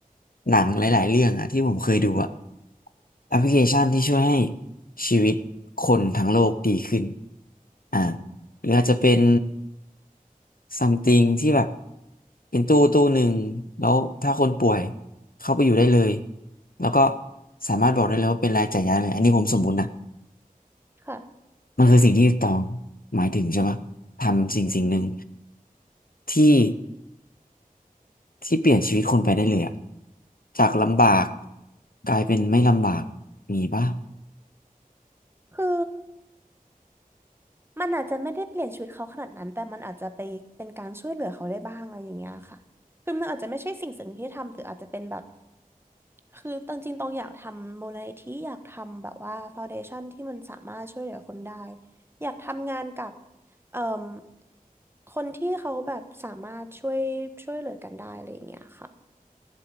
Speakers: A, on the left; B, on the right.
A: หนังหลายๆเรื่องอะที่ผมเคยดูอะแอปพลิเคชันที่ช่วยให้ชีวิตคนทั้งโลกดีขึ้นอ่าหรืออาจจะเป็น something ที่แบบเป็นตู้ตู้หนึ่งแล้วถ้าคนป่วยเข้าไปอยู่ได้เลยแล้วก็สามารถบอกได้เลยว่าเป็นรายจ่ายยาเลยอันนี้ผมสมมุตินะ
B: ค่ะ
A: มันคือสิ่งที่ตองหมายถึงใช่ปะทำสิ่งสิ่งหนึ่งที่ ที่เปลี่ยนชีวิตคนไปได้เลยอะจากลำบากกลายเป็นไม่ลำบากมีปะ
B: คือมันอาจจะไม่ได้เปลี่ยนชีวิตเขาขนาดนั้นแต่มันอาจจะไปเป็นการช่วยเหลือเขาได้บ้างอะไรอย่างเงี้ยค่ะคือมันอาจจะไม่ใช่สิ่งสิ่งที่ทำหรืออาจจะเป็นแบบคือตอนจริงๆตองอยากทำมูลนิธิอยากทำแบบว่าฟาวเดชั่นที่มันสามารถช่วยเหลือคนได้อยากทำงานกับเอ่มคนที่เขาแบบสามารถช่วยช่วยเหลือกันได้อะไรอย่างเงี้ยค่ะ